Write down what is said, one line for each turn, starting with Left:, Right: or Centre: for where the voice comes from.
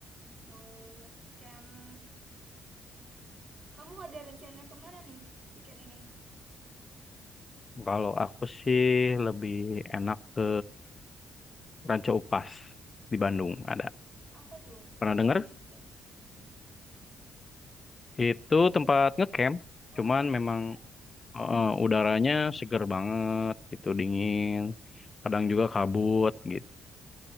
Right: mau ngecamp kamu ada rencana kemana nih weekend ini
Left: Kalau aku sih lebih enak ke Ranca Upas di Bandung ada.
Right: apa tuh
Left: Pernah
Right: ngapain
Left: dengar
Right: gitu
Left: Itu tempat ngecamp,
Right: oh
Left: cuman
Right: ngecamp
Left: memang
Right: juga
Left: eh, udaranya seger banget, itu dingin, kadang juga kabut gitu.